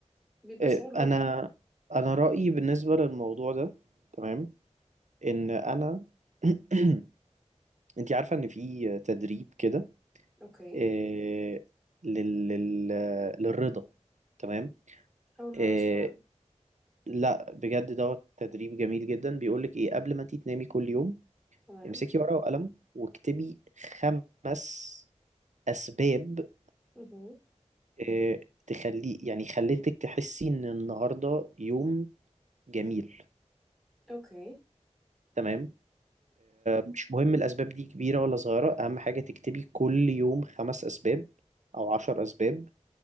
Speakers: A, in the centre; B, on the right (about 75°).
A: بيبقى
B: آه،
A: شعور رضا
B: انا انا رأيي بالنسبة للموضوع ده تمام ان انا <clears throat> انت عارفة ان في تدريب كده
A: اوكي
B: آه، لل... لل... للرضا تمام
A: اول
B: آه،
A: مره اسمع عنه
B: لا بجد دوت تدريب جميل جدا بيقولك ايه قبل ما انت تنامي كل يوم
A: تمام
B: امسكي ورقة وقلم واكتبي خمس اسباب
A: مهم.
B: آه، تخلي يعني خلتك تحسي ان النهارده يوم جميل
A: اوكي
B: تمام مش مهم الأسباب دي كبيرة ولا صغيرة أهم حاجة تكتبي كل يوم خمس أسباب أو عشر أسباب